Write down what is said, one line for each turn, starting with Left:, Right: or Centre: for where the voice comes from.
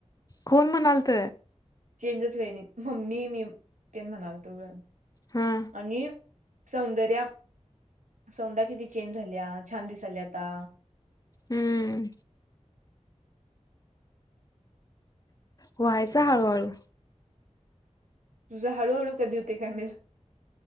Left: कोण म्हणालत.
Right: चेंजच काही नाही मम्मी मी तेन म्हणालतो ग
Left: हा
Right: आणि. सौंदर्या सौंद्या किती चेंज झाल्या छान दिसाल्या आता.
Left: हम्म. व्हायचा हळूहळू.
Right: तुझ हळूहळू कधी होतय काय माहित.